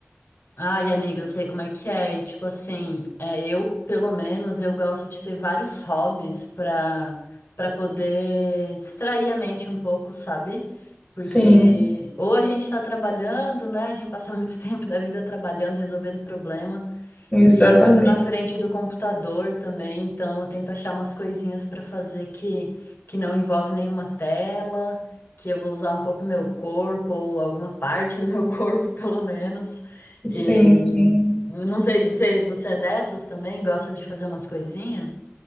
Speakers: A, on the left (about 55°); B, on the left (about 20°).
A: Ai, amiga, eu sei como é que é. E, Tipo assim, é, eu, pelo menos, eu gosto de ter vários hobbies pra, pra poder distrair a mente um pouco, sabe? Porque
B: Sim,
A: ou a gente tá trabalhando, né? A gente passa muito <laughs> tempo da vida trabalhando, resolvendo problema.
B: exatamente.
A: E muito na frente do computador também, então eu tento achar umas coisinhas para fazer que, que não envolve nenhuma tela, que eu vou usar um pouco meu corpo, ou alguma parte do meu <laughs> corpo, pelo menos.
B: Sim,
A: E
B: sim.
A: não sei, você, você é dessas também? Gosta de fazer umas coisinhas?